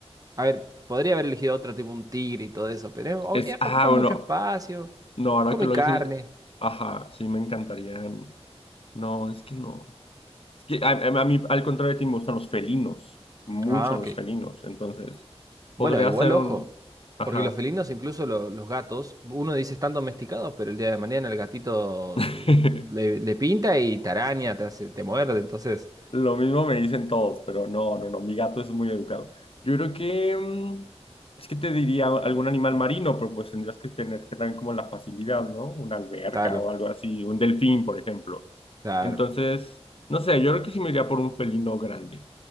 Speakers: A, on the right (about 35°); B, on the left (about 60°).
A: A ver, podría haber elegido otro tipo, un tigre y todo eso, pero eh, o-
B: Es,
A: eh,
B: ah,
A: ocupa mucho
B: bueno.
A: espacio,
B: No, ahora
A: come
B: que lo
A: carne.
B: dices, ajá, sí me encantarían. No, es que no. Es que a, a- a mí, al contrario de ti, me gustan los felinos. Mucho
A: Ah, ok.
B: los felinos. Entonces, podría
A: Bueno, igual
B: ser
A: ojo,
B: un. Ajá.
A: porque los felinos, incluso lo- los gatos, uno dice están domesticados, pero el día de mañana el gatito
B: <laughs>
A: le, le pinta y te araña, te hace, te muerde, entonces,
B: Lo mismo me dicen todos, pero no, no, no, mi gato es muy educado. Yo creo que mm, es que te diría algún animal marino, pero pues tendrías que tener que también como la facilidad, ¿no? Una alberca
A: claro,
B: o algo así, un delfín, por ejemplo.
A: claro.
B: Entonces, no sé, yo creo que sí me iría por un felino grande.